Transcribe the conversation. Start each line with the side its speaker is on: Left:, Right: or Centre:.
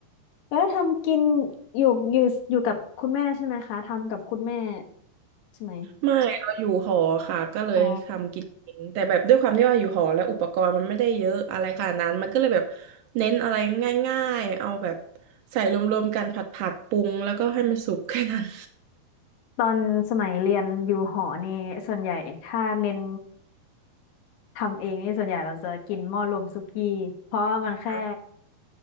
Left: แล้วทำกินอยู่อยู่อยู่กับคุณแม่ใช่ไหมคะทำกับคุณแม่ใช่ไหม
Right: ไม่เราอยู่หอค่ะก็เลยทำกินเองแต่แบบด้วยความที่ว่าอยู่หอแล้วอุปกรณ์มันไม่ได้เยอะอะไรขนาดนั้นมันก็เลยแบบ
Left: อ๋อ
Right: เน้นอะไรง่ายๆเอาแบบใส่รวมๆกันผัดผัดปรุงแล้วก็ให้มันสุกแค่นั้น
Left: ตอนสมัยเรียนอยู่หอนี่ส่วนใหญ่ถ้าเน้น ทำเองนี่ส่วนใหญ่เราจะกินหม้อรวมสุกี้เพราะว่ามันแค่
Right: <laughs>